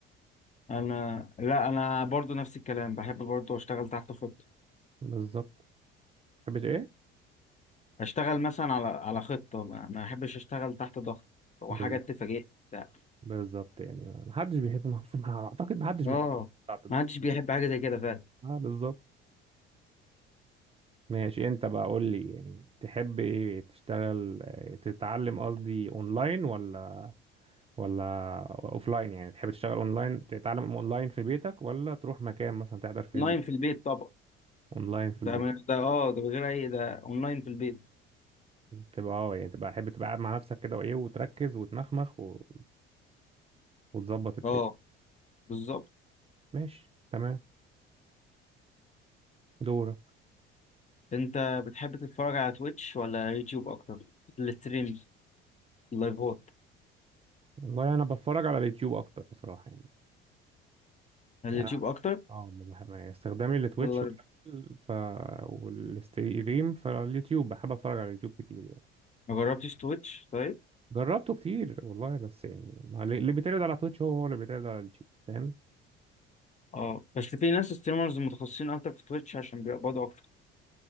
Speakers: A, on the left; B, on the right.
A: انا لا انا برضو نفس الكلام بحب برضو اشتغل تحت خطة
B: بالظبط تحبش ايه
A: اشتغل مثلا على على خطة ما ما احبش اشتغل تحت ضغط وحاجات
B: بالظبط
A: تفاجئ لا.
B: بالظبط يعني ما حدش بيحب ما <laughs> ما- اعتقد ما حدش بيحب
A: اه
B: التعطيل.
A: ما حدش بيحب حاجة زي كده فعلا
B: اه بالظبط ماشي انت بقى قول لي يعني تحب ايه تشتغل آه، تتعلم قصدي اونلاين ولا ولا اوفلاين يعني تحب تشتغل اونلاين تتعلم اونلاين في بيتك ولا تروح مكان مثلا تحضر فيه
A: اونلاين في البيت طبعا
B: اونلاين في البيت
A: ده من- ده اه ده بغير اي ده اونلاين في البيت
B: تبقى اه يعني تبقى حابب تبقى قاعد مع نفسك كده وايه وتركز وتنخمخ و... وتظبط الدنيا
A: اه بالظبط
B: ماشي تمام دورك
A: انت بتحب تتفرج على تويتش ولا يوتيوب اكتر الستريم اللايفات
B: والله انا بتفرج على اليوتيوب اكتر بصراحة
A: اليوتيوب
B: يعني
A: اكتر
B: اه ما بحب يعني استخدامي لتويتش
A: اللايف
B: قليل ف والستريم فاليوتيوب بحب اتفرج على اليوتيوب كتير يعني
A: ما جربتش تويتش طيب
B: جربته كتير والله بس يعني ما ل- اللي بيتعرض على تويتش هو هو اللي بيتعرض على اليوتيوب فاهم
A: اه بس في ناس ستريمرز متخصصين اكتر في تويتش عشان بيقبضوا اكتر